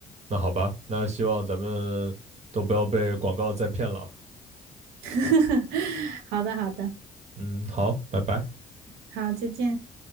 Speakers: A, on the right (about 45°); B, on the right (about 85°).
A: 那好吧，那希望咱们都不要被广告再骗了。
B: <laughs> 好的，好的，
A: 嗯，好，拜拜。
B: 好，再见。